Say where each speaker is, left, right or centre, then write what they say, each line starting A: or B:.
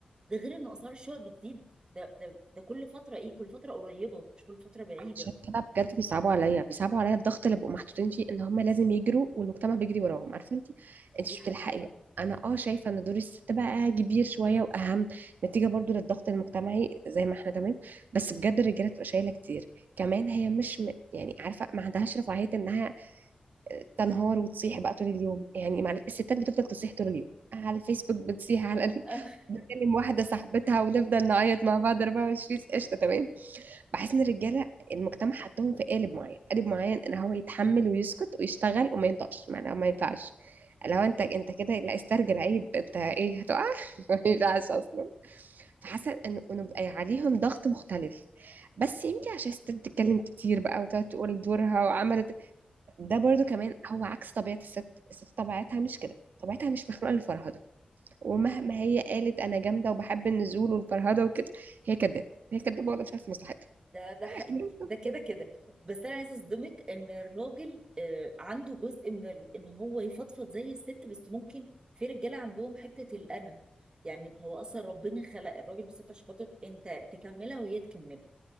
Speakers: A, on the right (about 30°); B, on the right (about 85°).
A: ده غير ان اسعار الشقق بتزيد ده ده ده كل فترة ايه كل فترة قريبة مش كل فترة بعيدة
B: عشان كده بجد بيصعبوا عليا بيصعبوا عليا الضغط اللي بيبقوا محطوطين فيه ان هم لازم يجروا والمجتمع بيجري وراهم عارفه انت انت مش
A: دي حقيقة
B: بتلحقي انا اه شايفه ان دور الست بقى كبير شويه واهم نتيجه برضو للضغط المجتمعي زي ما احنا تمام بس بجد الرجاله بتبقى شايله كتير كمان هي مش م... يعني عارفه ما عندهاش رفاهيه انها تنهار وتصيح بقى طول اليوم يعني مع الستات بتفضل تصيح طول اليوم على الفيسبوك بتصيح على ال-
A: <laughs>
B: بتكلم واحده صاحبتها ونفضل نعيط مع بعض 24 قشطه تمام بحس ان الرجاله المجتمع حطهم في قالب معين قالب معين ان هو يتحمل ويسكت ويشتغل وما ينطقش ما, ما ينفعش لو انت انت كده لا استرجل عيب انت ايه هتقع <laughs> ما ينفعش اصلا فحاسه ان إنه بقى عليهم ضغط مختلف بس يمكن عشان الست بتتكلم كتير بقى وتقعد تقول دورها وعملت ده برضو كمان هو عكس طبيعه الست الست طبيعتها مش كده طبيعتها مش مخلوقه للفرهده ومهما هي قالت انا جامده وبحب النزول والفرهده وكده هي كدابه هي كدابه ولا مش عارفه مصلحتها
A: ده ده
B: <laughs>
A: حقيقي ده كده كده بس انا عايزه اصدمك ان الراجل آه، عنده جزء من ال... ان هو يفضفض زي الست بس ممكن في رجاله عندهم حته الانا يعني هو اصلا ربنا خلق الراجل والست عشان خاطر انت تكملها وهي تكملها